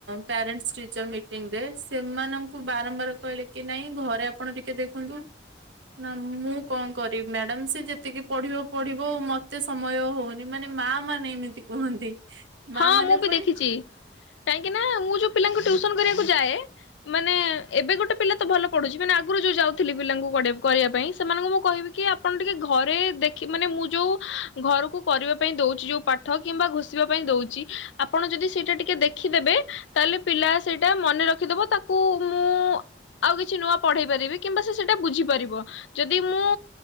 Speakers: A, on the right (about 80°); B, on the left (about 85°).
A: ପ୍ୟାରେଣ୍ଟସ୍ ଟିଚର ମିଟିଂ ରେ ସେମାନଙ୍କୁ ବାରମ୍ବାର କହିଲି କି ନାଇଁ ଘରେ ଆପଣ ଟିକେ ଦେଖନ୍ତୁ। ନା ମୁଁ କଣ କରିବି ମ୍ୟାଡାମ ସେ ଯେତିକି ପଢିବ ପଢିବ ମତେ ସମୟ ହଉନି। ମାନେ ମା ମାନେ ଏମିତି କୁହନ୍ତି। ମା
B: ହଁ
A: ମାନେ
B: ମୁଁ ବି
A: ପୁଣି
B: ଦେଖିଛି କାହିଁକି ନା ମୁଁ ଯୋଉ ପିଲାଙ୍କୁ ଟଉସନ କରିବାକୁ ଯାଏ। ମାନେ ଏବେ ଗୋଟେ ପିଲା ତ ଭଲ ପଢୁଛି ମାନେ ଆଗରୁ ଯୋଉ ଯାଉଥିଲି ପିଲାଙ୍କୁ କରିବା ପାଇଁ ସେମାନଙ୍କୁ ମୁଁ କହିବି କି ଆପ ଆପଣ ଟିକେ ଘରେ ଦେଖି ମାନେ ମୁଁ ଯୋଉ ଘରକୁ କରିବା ପାଇଁ ଦଉଛି ଯୋଉ ପାଠ କିମ୍ବା ଘୁଷିବାକୁ ଦଉଛି ଆପଣ ଯଦି ସେଇଟା ଟିକେ ଦେଖିଦେବେ। ତାହେଲେ, ପିଲା ସେଇଟା ମନେ ରଖିଦବ ତାକୁ ମୁଁ ଆଉ କିଛି ନୂଆ ପଢେଇ ପାରିବି, କିମ୍ବା ସେ ସେଇଟା ବୁଝି ପାରିବ। ଯଦି ମୁଁ